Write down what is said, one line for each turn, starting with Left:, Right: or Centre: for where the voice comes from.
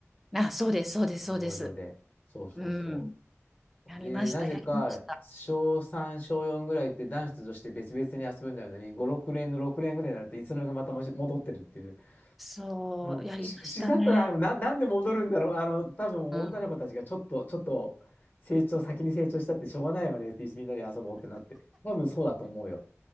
Centre: あ、そうです、そうです、
Left: 道場で。
Centre: そうです。
Left: そうそうそ
Centre: うん。やりました、
Left: う。で、なぜか、
Centre: やりました。
Left: 小3、小4ぐらいって男子と女子って別々に遊ぶんだよね。5、6年の6年ぐらいになると、いつの間にかまた戻ってるっていう。
Centre: そう、
Left: うん、
Centre: やりましたね。
Left: 不思 <laughs> 不思議だったな。あのな、なんで戻るんだろう。あの、多分女の子たちがちょっと、
Centre: うん。
Left: ちょっと成長、先に成長したってしょうがないわねって、みんなで遊ぼうってなって。多分そうだと思うよ。